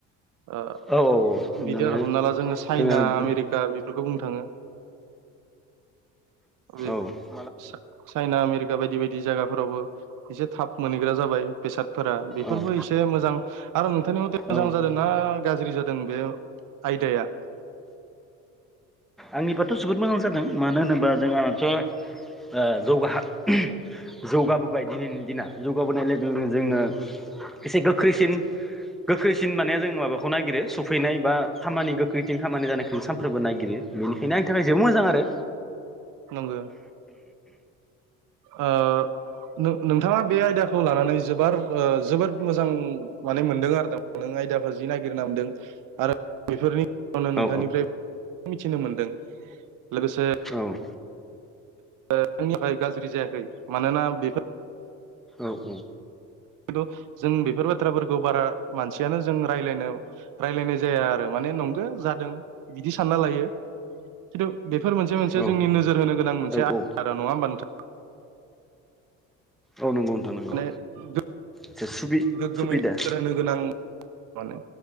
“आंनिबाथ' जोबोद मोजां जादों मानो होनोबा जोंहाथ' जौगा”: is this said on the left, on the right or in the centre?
Centre